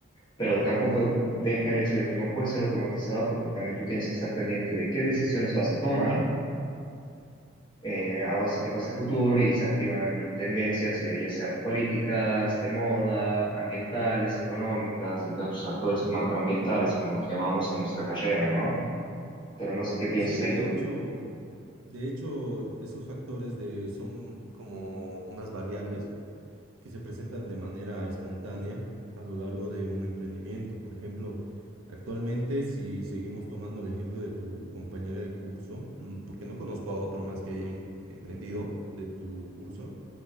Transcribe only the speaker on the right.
Sí,
de
hecho. De hecho, esos factores de, son como unas variables que se presentan de manera espontánea a lo largo de un emprendimiento. Por ejemplo, actualmente, si seguimos tomando el ejemplo de tu compañera de curso, mm, porque no conozco a otro más que haya em- emprendido de tu curso,